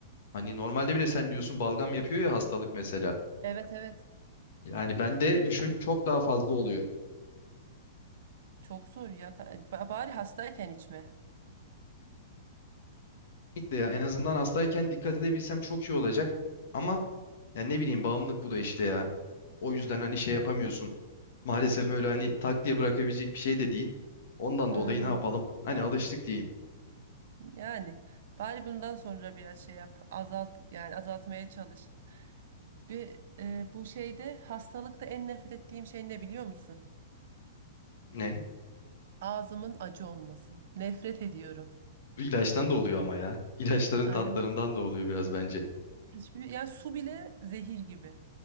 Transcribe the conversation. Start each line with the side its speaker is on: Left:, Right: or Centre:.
Left: hani normalde bile sen diyorsun balgam yapıyor ya hastalık mesela.
Right: Evet evet.
Left: Yani bende düşün çok daha fazla oluyor.
Right: Çok zor ya. ba- Bari hastayken içme.
Left: Kesinlikle ya. En azından hastayken dikkat edebilsem çok iyi olacak. Ama ya ne bileyim bağımlılık bu da işte ya. O yüzden hani şey yapamıyorsun. Maalesef öyle hani tak diye bırakabilecek bir şey de değil. Ondan
Right: Aynen.
Left: dolayı ne yapalım?
Right: Ya,
Left: Hani alıştık diyeyim.
Right: yani bari bundan sonra biraz şey yap. Azalt yani azaltmaya çalış. Bir e, bu şeyde hastalıkta en nefret ettiğim şey ne biliyor musun?
Left: Ne?
Right: Ağzımın acı olması. Nefret ediyorum.
Left: İlaçtan da oluyor ama ya. İlaçların
Right: Ay
Left: tatlarından da oluyor biraz bence.
Right: hiçbir yani su bile zehir gibi.